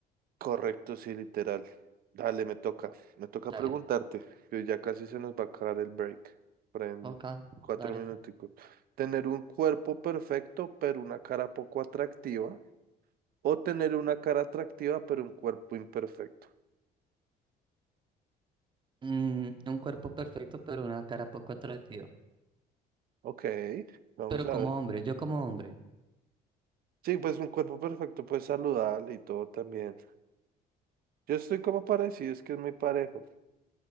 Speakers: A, on the right; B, on the right.
A: Correcto, sí, literal. Dale, me toca. Me toca
B: Dale.
A: preguntarte, que ya casi se nos va a acabar el break. Por ahí en
B: Ok,
A: cuatro
B: dale.
A: minuticos. ¿Tener un cuerpo perfecto, pero una cara poco atractiva? ¿O tener una cara atractiva, pero un cuerpo imperfecto?
B: Mm, un cuerpo perfecto pero una cara poco atractiva.
A: Ok, vamos
B: Pero
A: a
B: como
A: ver.
B: hombre, yo como hombre,
A: Sí, pues un cuerpo perfecto, pues saludable y todo también. Yo estoy como parecido, es que es muy parejo.